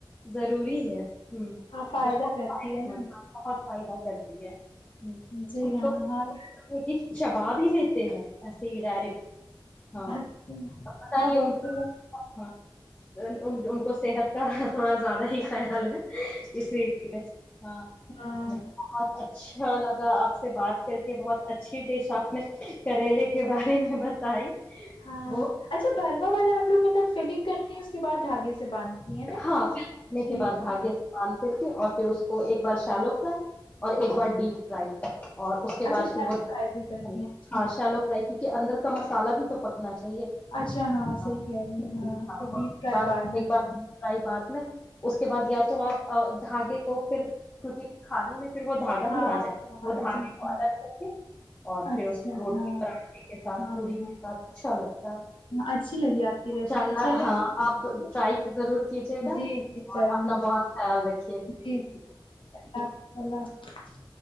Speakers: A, on the left; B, on the left.
A: ضروری ہے ہ
B: ہاں فائدہ
A: بہت
B: کرتی
A: فائدے
B: ہے
A: مندب
B: نا
A: بہت فائدہ کرتی ہے ہوں
B: جی
A: کچھ
B: ہاں
A: لوگ
B: ہر
A: کہ شباب ہی لیتے ہیں ایسے ہی ڈائریکٹ ہاں
B: اچھا
A: اب پت
B: ہاں
A: نہیں
B: بہت
A: ان
B: س
A: کا ہاں ان ان کو صحت کا تھوڑا زیادہ ہی خیال ہے اسی لیے ہاں
B: ہاں
A: نہیں بہت اچھ اچھا لگا آپ سے بات کر کے بہت اچھی ڈش آپ نے کریلے کے بارے میں بتائی
B: ہاں
A: وہ
B: اچھا گروا والا آپ لو مطلب فلنگ کرتی ہے اس کے بع دھاگے سے باندھتی ہیں نا
A: ہاں پھر بنے
B: شیل
A: کے بعد
B: کا؟
A: دھاگے سے باندھ کر اور پھر اس کو ایک بار شلو فرائی اور ایک بار ڈیپ فرائی اور اس کے
B: اچھا
A: بعد
B: شیلو
A: پھر وہ
B: فرائی بھی کرتی ہیں اچھا
A: ہاں شیلو فرائی کیونکہ اندر کا مسالہ بھی تو پکنا چاہیے
B: اچھا
A: ہاں
B: صحیح کہہ رہی ہیں
A: ہاں
B: پھر
A: اور
B: ڈیپ
A: اس کے
B: فرائی
A: بعد
B: میں
A: ایک بار بعد میں اس کے بعد یا تو آپ ا دھاگے کو پھر کیونکہ کھانے میں پھر وہ دھاگا
B: ہاں
A: بھی آ جائےا
B: ہاں
A: وہ دھاگے
B: جی
A: کو
B: جی
A: الگ کر کے اور
B: اچھا
A: پھر اس کو روٹی
B: ہاں
A: پراٹھے کے ساتھ
B: ہاں
A: پی
B: ہاں
A: کے ساتھ اچھا لگتا ہےاء
B: ہاں اچھی لگی آپ کی ریسیپی
A: اللہ
B: چلے
A: ہاں آپ
B: جی
A: ٹرائی ضرور کیجیے گا
B: جی
A: اور
B: ضرور
A: اپنا بہت خیال رکھے
B: جی جی اللہ حظ اللہ حافظ